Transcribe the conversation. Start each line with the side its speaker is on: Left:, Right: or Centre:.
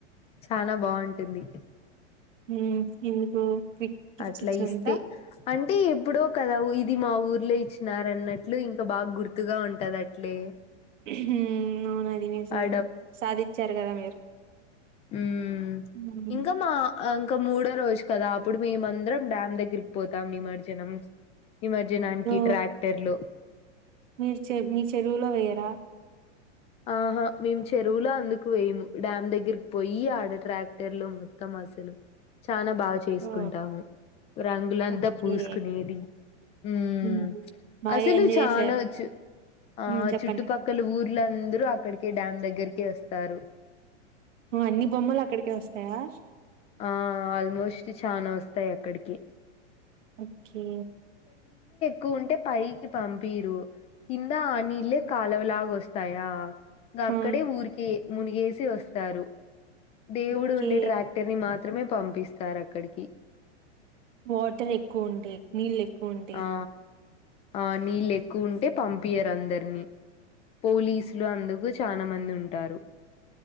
Left: చాలా బాగుంటుంది
Right: హుమ్ ఎందుకు గిఫ్ట్స్
Left: అట్లా
Right: ఇచ్చినందుక
Left: ఇస్తే అంటే ఎప్పుడో కదా ఇది మా ఊర్లో ఇచ్చినార అన్నట్లు ఇంకా బాగా గుర్తుగా ఉంటది అట్లే
Right: హుమ్ అవును అది నిజమే
Left: ఆ
Right: సాధించారు కదా మీరు
Left: హుమ్
Right: హ్మ్
Left: ఇంగమ్మా ఇంకా మూడో రోజు కదా అప్పుడు మేమందరం డ్యామ్ దగ్గరికి పోతాం నిమజ్జనం నిమర్జనానికి
Right: ఓ
Left: ట్రాక్టర్లు
Right: మీరు చె మీ చెరువులో వేయ్యరా
Left: ఆహా మేము చెరువులో అందుకు వేము డ్యామ్ దగ్గరకి పోయి ఆడ ట్రాక్టర్ లో మొత్తం అసలు చాలా బాగా చేసుకుంటాము
Right: ఓ
Left: రంగులంతా
Right: ఓకే
Left: పూసుకునేది హుమ్
Right: హ్మ్ బాగా
Left: అసలు
Right: ఎంజాయ్
Left: చానాచ్చు
Right: చేశారు
Left: ఆ
Right: హ్మ్ చెప్పండి
Left: చుట్టుపక్కల ఊర్లో అక్కడికి డ్యామ్ దగ్గరకి వస్తారు
Right: ఉ అన్ని బొమ్మలు అక్కడికే వస్తాయా
Left: ఆ ఆల్మోస్ట్ చానా వస్తాయి అక్కడికి
Right: ఓకే
Left: కు ఉంటే పైకి పంపిరు ఇంద ఆ నీళ్లే కాలువ లాగా వస్తాయా గా అక్కడే
Right: ఆ
Left: ఊరికే మునిగేసి వస్తారు దేవుడు
Right: ఓకే
Left: ఉండే ట్రాక్టర్ ని మాత్ త్రమే పంపిస్తారు అక్కడికి
Right: వాటర్ ఎక్కువ ఉంటే నీళ్లు ఎక్కువ ఉంటే
Left: ఆ ఆ నీళ్లు ఎక్కువ ఉంటే పంపియరు అందరినీ పోలీసులు అందుకు చానా మంది ఉంటారు